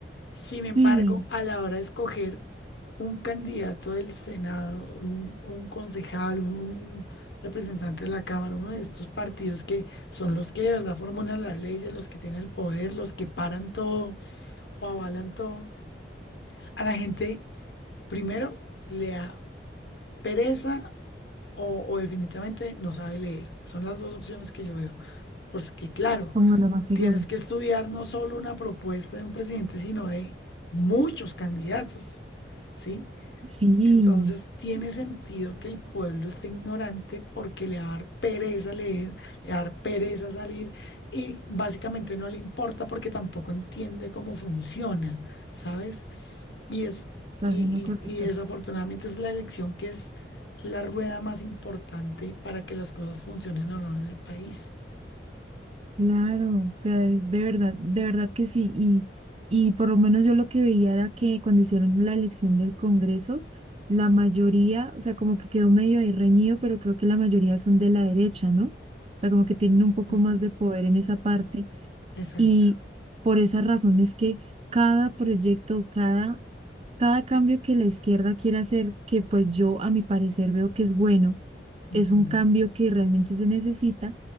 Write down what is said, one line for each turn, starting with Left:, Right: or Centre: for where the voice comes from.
Left: Sin embargo,
Right: Sí,
Left: a la hora de escoger un candidato del Senado, un, un concejal, un, un representante de la Cámara, uno de estos partidos que son los que de verdad formulan las leyes, los que tienen el poder, los que paran todo o avalan todo, a la gente primero le da pereza o, o definitivamente no sabe leer. Son las dos opciones que yo veo. Porque claro,
Right: como lo más seguro.
Left: Tienes que estudiar no solo una propuesta de un presidente, sino de muchos candidatos, ¿sí?
Right: Sí,
Left: Entonces tiene sentido que el pueblo esté ignorante porque le va a dar pereza leer, le va a dar pereza salir y básicamente no le importa porque tampoco entiende cómo funciona, ¿sabes? Y es,
Right: estás
Left: y,
Right: haciendo correcto.
Left: y y desafortunadamente es la elección que es la rueda más importante para que las cosas funcionen o no en el país.
Right: Claro, o sea, es de verdad, de verdad que sí. Y, y por lo menos yo lo que veía era que cuando hicieron la elección del Congreso, la mayoría, o sea, como que quedó medio ahí reñido, pero creo que la mayoría son de la derecha, ¿no? O sea, como que tienen un poco
Left: Ujú,
Right: más de poder en esa parte.
Left: Exacto.
Right: Y por esa razón es que cada proyecto, cada cada cambio que la izquierda quiere hacer, que pues yo a mi parecer veo que es bueno, es
Left: Ujú.
Right: un cambio que realmente se necesita,